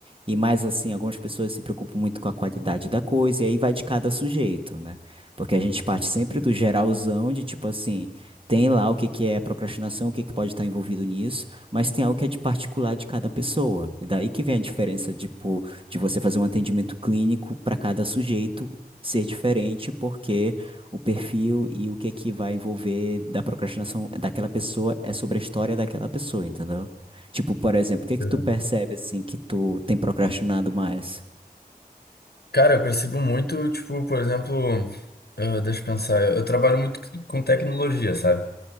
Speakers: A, on the right; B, on the left.
A: E mais assim, algumas pessoas se preocupam muito com a qualidade da coisa, e aí vai de cada sujeito, né? Porque a gente parte sempre do geralzão de tipo assim, tem lá o que que é procrastinação, o que que pode estar envolvido nisso, mas tem algo que é de particular de cada pessoa. E daí que vem a diferença, tipo, de você fazer um atendimento clínico para cada sujeito ser diferente, porque o perfil e o que é que vai envolver da procrastinação daquela pessoa é sobre a história daquela pessoa, entendeu? Tipo, por exemplo, o que é que
B: Entendeu?
A: tu percebe assim que tu tem procrastinado mais?
B: Cara, eu percebo muito, tipo, por exemplo, ah, deixa eu pensar, eu, eu trabalho muito com tecnologia, sabe?